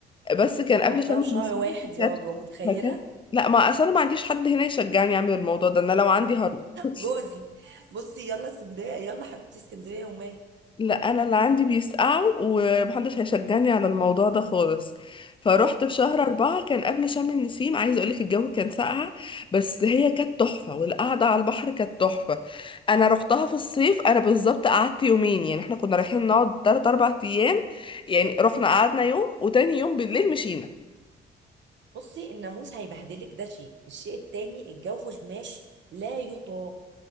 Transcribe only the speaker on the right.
رحتها
في
شهر واحد يا
رضوى متخيله
جوزي بصي يلا اسكندريه يلا حبيبتي اسكندريه ومال
بصي الناموس هيبهدلك ده شيء الشيء التاني الجو هناك لا يطاق